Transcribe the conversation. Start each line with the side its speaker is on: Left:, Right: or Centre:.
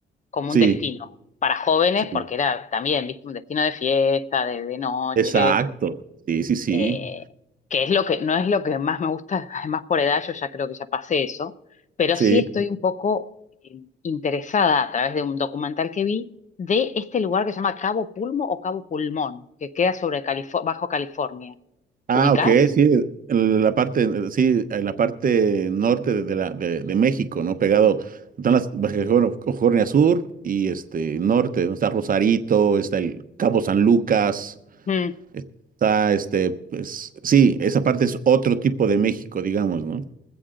Left: como
Right: sí,
Left: un destino para jóvenes,
Right: sí,
Left: porque era también, viste, un destino de fiesta, de, de noche,
Right: exacto, sí, sí, sí,
Left: eh, que es lo que, no es lo que más me gusta, <laughs> además por edad yo ya creo que ya pasé eso, pero
Right: sí.
Left: sí estoy un poco eh, interesada a través de un documental que vi de este lugar que se llama Cabo Pulmo o Cabo Pulmón, que queda sobre Califo- Bajo California.
Right: Ah,
Left: ¿Ubicás?
Right: ok, sí, en la parte, eh, sí, en la parte norte de, de la, de, de México, ¿no? Pegado, están las Baja California California Sur y este norte, donde está Rosarito, está el Cabo San Lucas,
Left: Mm,
Right: está este, pues, sí, esa parte es otro tipo de México, digamos, ¿no?